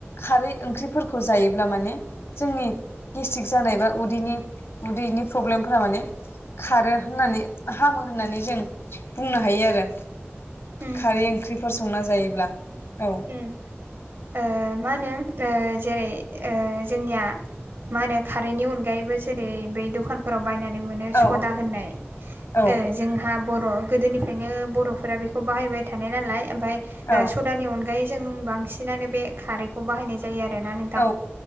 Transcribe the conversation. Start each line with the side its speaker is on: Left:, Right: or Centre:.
Left: खारै ओंख्रिफोर जायोब्ला माने जोंनि गेस्ट्रिक जानाय बा उदैनि उदैनि प्रब्लेम फ्रा माने खारो होननानै हामो होननानै जों बुंनो हायो आरो
Right: उम ओम
Left: खारै ओंख्रिफोर संना जायोब्ला औ
Right: उम ओ मा होनो ओ जेरै ओ जोंनिया मा होनो खारैनि अनगायैबो जेरै बै दखान फोराव बायनानै मोनो
Left: औ
Right: सदा होननाय
Left: औ
Right: ओ जोंहा बर' गोदोनिफ्रायनो बर'फोरा बेखौ बाहायबाय थानाय नालाय ओमफाय ओ
Left: औ
Right: सदानि अनगायै जों बांसिनानो बे खारै खौ बाहायनाय जायो आरोना नोंथां
Left: औ